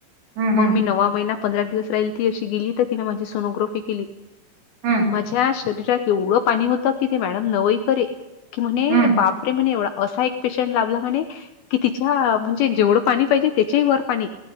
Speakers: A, on the right (about 70°); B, on the left (about 75°).
A: हम्म
B: म मी नवा महिना पंधरा दिवस राहिल ती अशी गेली तर तिने माझी सोनोग्राफी केली.
A: हम्म
B: माझ्या. शरीरात एवढं पाणी होतं की ते मॅडम नवई करे की म्हणे
A: हम्म
B: बापरे म्हणे एवढा असा एक. पेशंट लाभला म्हणे कि तिच्या म्हणजे जेवढं पाणी पाहिजे त्याच्याही वर पाणी.